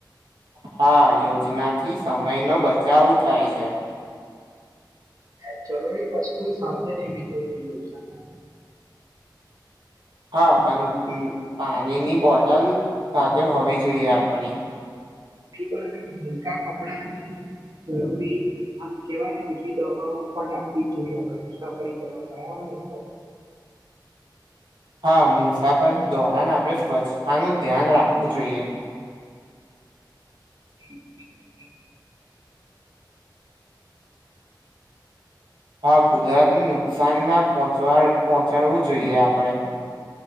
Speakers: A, on the right; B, on the right.
A: હા યોજના થી સમય નો બચાવું થાય છે.
B: હ જરૂરી વસ્તુ સાથે લેવી જોઈએ યોજના <unintelligible>
A: હા પણ પાણીની બોટલ સાથે હોવી જોઈએ આપણી.
B: બિબા અને હલકા કપડાની જરૂરી <unintelligible> આમ કેવાય ને જેટલી દવાઓ પણ રાખવી જ જોઈએ આપણે મુસાફરી કરવા ગયા હોય તો <unintelligible> <inaudible>
A: હા મુસાફરી દોરન આપણે સ્વચ્છતાનું ધ્યાન રાખવું જોઈએ.
B: <unintelligible>
A: હા કુદરતને નુકસાન ના પહોચ પહોંચાડવું જોઈએ આપણે.